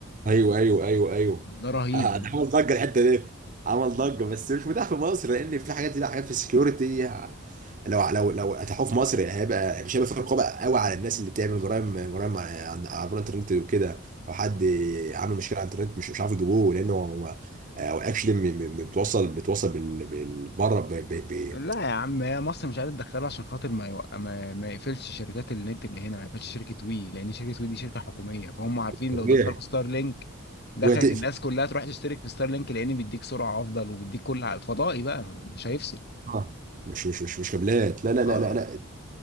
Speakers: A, on the right (about 35°); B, on the left (about 45°).
A: ايوه ايوه ايوه ايوه
B: ده
A: <laughs>
B: رهيب
A: آه،
B: ده
A: ده عمل ضجه الحته دي عمل ضجه بس مش متاح في مصر لان في حاجات دي بقى حاجات في السكيورتي لو لو لو اتاحوه في مصر هيبقى مش هيبقى في رقابه قوي على الناس اللي بتعمل جرائم جرائم على عن- عبر الانترنت وكده لو حد عامل مشكله على الانترنت مش مش عارف يجيبوه لانه هو هو اكشلي بتوصل بتوصل بال- بال- بره ب- ب- ب-
B: لا يا عم هي مصر مش عايزة تدخله عشان خاطر ما يوق... ما... ما يقفلش شركات النت اللي هنا ما يقفلش شركة وي لأن شركة وي دي شركة حكومية فهم عارفين
A: طبيعي
B: لو دخلوا ستار لينك دخلت
A: وهي تقفل
B: الناس كلها تروح تشترك في ستار لينك لأن بيديك سرعة أفضل وبيديك كل ع- فضائي بقى مش هيفصل
A: اه مش مش مش مش كابلات لا لا
B: اه
A: لا لا لا